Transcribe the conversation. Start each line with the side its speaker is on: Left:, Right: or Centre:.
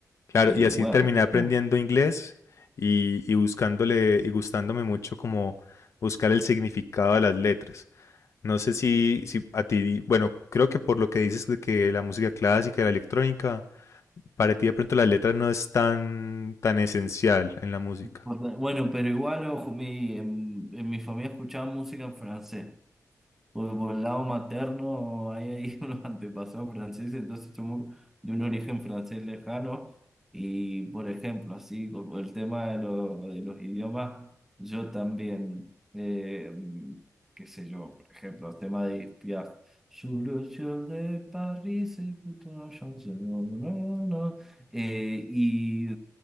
Left: Claro,
Centre: Eh,
Left: y así
Centre: bueno,
Left: terminé aprendiendo
Centre: <laughs>
Left: inglés y, y buscándole y gustándome mucho como buscar el significado de las letras. No sé si, si a ti, bueno, creo que por lo que dices de que la música clásica y la electrónica, para ti de pronto las letras no es tan, tan esencial en la música.
Centre: bueno, pero igual, ojo, mi- en, en mi familia escuchaban música en francés. Porque por el lado materno hay ahí <laughs> unos antepasados franceses, entonces somos de un origen francés lejano. Y por ejemplo, así como el tema de, lo- de los idiomas, yo también, eh, qué sé yo, por ejemplo, el tema de Edith Piaf. Sur le ciel de Paris, écoute una chanson, no, no, no. no, no. Eh, y